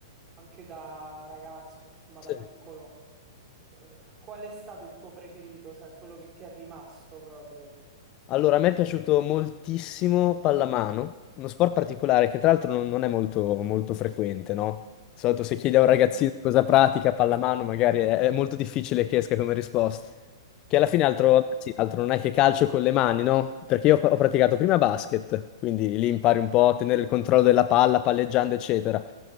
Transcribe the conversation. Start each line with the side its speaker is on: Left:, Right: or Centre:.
Right: anche da ragazzo, insomma,
Left: Sì.
Right: da piccolo, eh, qual è stato il tuo preferito, cioè quello che ti è rimasto proprio?
Left: Allora, a me è piaciuto moltissimo pallamano, uno sport particolare che tra l'altro non, non è molto, molto frequente, no? Di solito se chiedi a un ragazzino
Right: Mm,
Left: cosa pratica pallamano, magari è, è molto difficile che esca come risposta. Che alla fine altro,
Right: certo.
Left: sì, altro non è che calcio con le mani, no? Perché io ho praticato prima basket, quindi lì impari un po' a tenere il controllo della palla, palleggiando, eccetera.